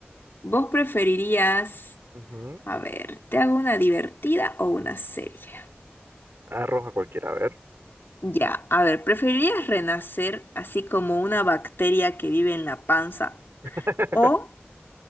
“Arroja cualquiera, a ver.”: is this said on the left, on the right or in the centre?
Right